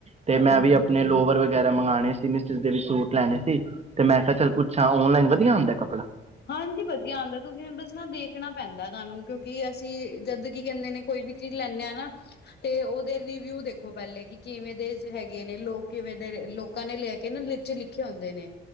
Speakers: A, on the right; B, on the left.
A: ਤੇ ਮੈਂ
B: ਹਾਂਜੀ-ਹਾਂਜੀ।
A: ਵੀ ਆਪਣੇ ਲੋਵਰ ਵਗੈਰਾ ਮੰਗਵਾਉਣੇ। ਮਿਸ ਇਜ ਦੇ ਵੀ ਸੂਟ ਲੈਣੇ ਸੀ ਤੇ ਮੈਂ ਕਿਹਾ ਚੱਲ ਪੁੱਛਾਂ ਔਨਲਾਈਨ ਵਧੀਆ ਆਂਦਾ ਐ ਕੱ
B: ਹਾਂਜੀ ਵਧੀਆ ਆਉਂਦਾ ਤੁਸੀਂ ਬਸ ਨਾ ਦੇਖ ਣਾ ਪੈਂਦਾ ਤੁਹਾਨੂੰ ਕਿਉਂਕਿ ਅਸੀਂ ਜਦ ਕੀ ਕਹਿੰਦੇ ਨੇ ਕੋਈ ਵੀ ਚੀਜ਼ ਲੈਂਨੇ ਆ ਨਾ ਤੇ ਉਹਦੇ ਰਿਵਿਊ ਦੇਖੋ ਪਹਿਲੇ ਕਿ ਕਿਵੇਂ ਦੇ ਹੈਗੇ ਨੇ। ਲੋਕ ਕਿਵੇਂ ਦੇ ਲੋਕਾਂ ਨੇ ਲੈ ਕੇ ਨਾ ਨੀਚੇ ਲਿਖੇ ਹੁੰਦੇ ਨੇ